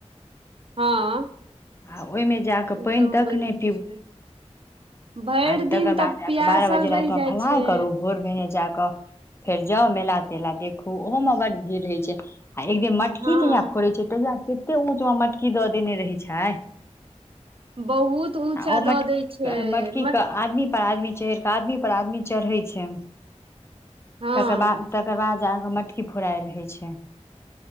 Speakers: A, on the right; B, on the left.
A: हँ।
B: आ ओहिमे जाके
A: ओ
B: पानि
A: तऽ
B: तक
A: होइ
B: नै पीबू
A: छै भरि
B: आ
A: दिन
B: तकर बाद
A: तब पियासल
B: बारह बजे
A: रहि
B: रातिमे
A: जाइ
B: फलाहार
A: छै
B: करू आ भोर भेने जाक फेर जाउ मेला तेला देखु ओहो में बड भीड़ रहय छै आ एकदिन मट मटकी
A: हँ
B: जहिया फोड़े छै तहिया तते ऊंच मे मटकी द देने रहे छै
A: बहुत ऊँचा
B: ओ मटकी,
A: दऽ दै छै
B: मटकीे
A: मट
B: के आदमी पर आदमी चढ़ के आदमी पर आदमी चढ़ै छै
A: हँ
B: तकर बाद तकर बाद जाक मटकी फोरायल होइ छै।